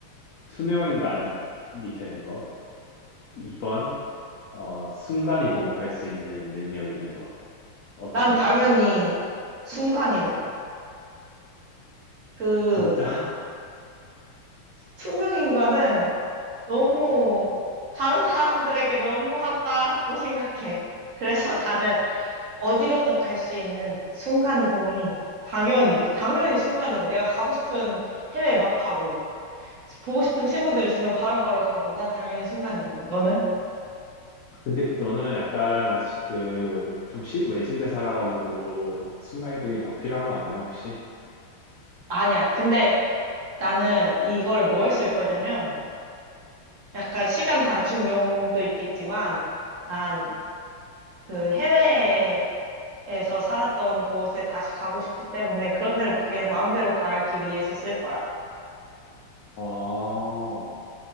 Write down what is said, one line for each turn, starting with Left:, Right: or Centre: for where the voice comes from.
Left: 투명인간이 되는 거. 2번, 어, 순간이동할 수 있는 능력 있는 거. 어떤
Right: 난
Left: 걸
Right: 당연히
Left: 것 같아?
Right: 순간이동. 그
Left: 진짜? <laughs>
Right: 투명인간은 너무 다른 사람들에게 너무하다고 생각해. 그래서 나는 어디로든 갈 수 있는 순간 이동이 당연히 당연히 순간 이동. 내가 가고 싶은 해외 막 가고 보고 싶은 친구들 있으면 바로바로 가고 난 당연히 순간 이동. 너는?
Left: 근데 너는 약간 시- 그, 좀 시- 외진데 살아가지고 순간이동이 더 필요한 거 아니야, 혹시?
Right: 아니야. 근데 나는 이걸 뭐 했을 거냐면 약간 시간 단축용도 있겠지만 난 그 해외에서 살았던 곳에 다시 가고 싶기 때문에 그런 데를 막 그냥 마음대로 가기 위해서 쓸 거야.
Left: 어,